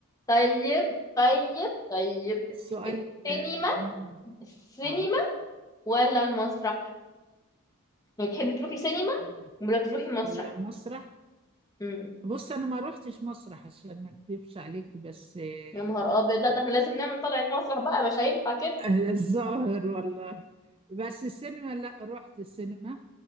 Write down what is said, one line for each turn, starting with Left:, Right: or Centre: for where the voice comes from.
Left: طيب طيب طيب
Right: السؤال
Left: السينما
Right: آه، من
Left: السينما
Right: اه
Left: ولا المسرح يعني تحبي تروحي سينما
Right: ال-
Left: ولا تروحي مسرح
Right: ولا مسرح
Left: امم
Right: بص انا ما روحتش مسرح عشان ما اكدبش عليك بس آه،
Left: يا نهار ابيض لا ده احنا لازم نعمل طلعة مسرح بقى مش هينفع كده
Right: <laughs> الظاهر والله بس السينما لا رحت السينما